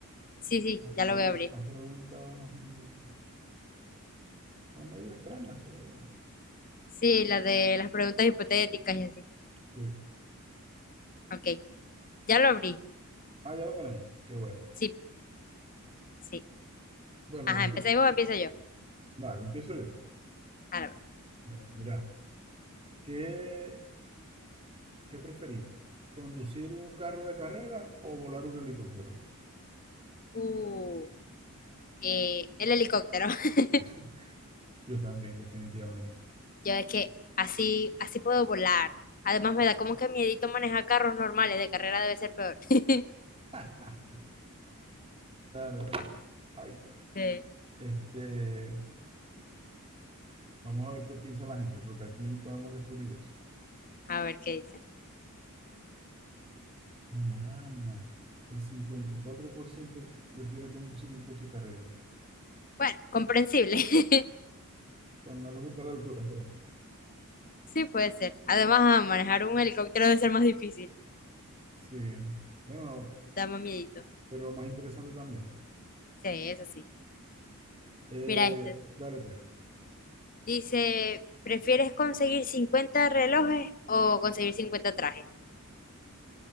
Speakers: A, on the left; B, on the right.
A: Sí, sí,
B: Las,
A: ya
B: pregu-
A: lo voy a abrir.
B: las preguntas mm, son medio extrañas, pero bueno.
A: Sí, la de las preguntas hipotéticas y así.
B: Sí.
A: Ok, ya lo abrí.
B: Ah, ya lo tenéis. Qué bueno.
A: Sí, sí.
B: Bueno,
A: Ajá,
B: empie-
A: ¿empezáis vos empiezo yo?
B: dale, empiezo yo.
A: Ahora va.
B: Dale, mira, ¿qué, qué preferís? ¿Conducir un carro de carrera o volar un helicóptero?
A: Uh, eh, el helicóptero. <laughs>
B: <laughs> Yo también, definitivamente.
A: Yo es que así, así puedo volar. Además me da como que miedito manejar carros normales. De carrera debe ser peor. <laughs>
B: <laughs> Claro, claro. Ay,
A: Sí,
B: este, vamos a ver qué piensa la gente, porque aquí podemos descubrir eso.
A: a ver qué dice.
B: Mi alma, el 54% prefiere conducir un coche de carrera. O
A: Bueno, comprensible. <laughs>
B: sea, No les gusta la altura, ¿será?
A: Sí, puede ser. Además, ah, manejar un helicóptero debe ser más difícil.
B: Sí, bueno,
A: Da más miedito.
B: pero más interesante también.
A: Sí, eso sí.
B: Eh,
A: Mira este.
B: dale, pues.
A: Dice, ¿prefieres conseguir 50 relojes o conseguir 50 trajes?